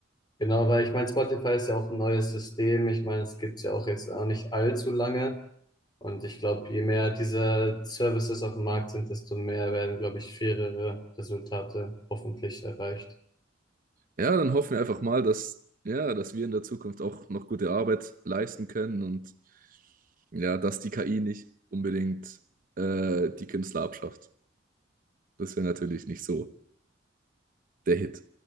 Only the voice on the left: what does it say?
genau, weil ich meine, Spotify ist ja auch ein neues System. Ich meine, es gibt's ja auch jetzt auch nicht allzu lange. Und ich glaube, je mehr diese Services auf dem Markt sind, desto mehr werden, glaube ich, fairere Resultate hoffentlich erreicht.